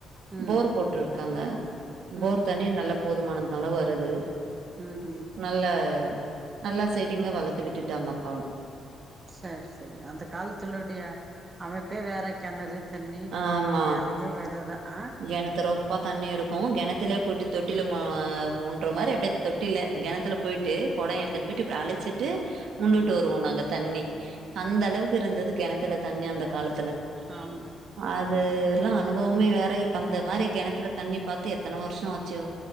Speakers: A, on the right; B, on the right.
A: ம்
B: போர் போட்ருக்காங்க போர்
A: ம்
B: தனி நல்லா போதுமானதுனால வருது
A: உ உ
B: நல்ல நல்லா செடிங்க வளத்து விட்டுட்டாங்கப்பா
A: சேரி சேரி அந்த காலத்துலோடய அமைப்பே வேற கெணறு தண்ணி
B: ஆமா
A: அதோடய அழக் கே வேறதா ஆ
B: கெணத்து ரொப்பா தண்ணி இருக்கு கிணத்துலயே
A: ஆ
B: போயிட்டு தொட் ட்டில மோ மூன்ற மாரி அப்டியே தொட்டில கெணத்துல போயிட்டு கொடோ எடுத்துன்னு போயிட்டு இப்டி அழச்சிட்டு
A: ஆமா
B: முன்னுட்டு
A: ஆமா
B: வருவோ நாங்க தண்ணி அந்த அளவுக்கு இருந்தது கெணத்துல தண்ணி அந்த காலத்துல
A: ஆமா
B: அது லா அனுபவமே வேற இப்ப அந்த மாரி கெணத்துல தண்ணி பாத்து எத்தன வருஷோ ஆச்சோ